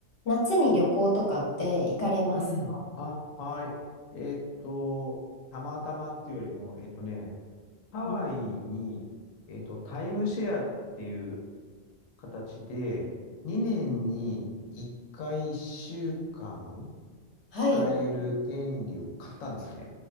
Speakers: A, on the left (about 65°); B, on the left (about 80°).
A: 夏に旅行とかって行かれますか
B: うん。あ、はい。えーっと、たまたまっていうよりも、えーっとね、ハワイに、
A: うん、
B: えーっと、タイムシェアっていう形で、2年に1回1週間
A: はい。
B: 使える権利を買ったんですね。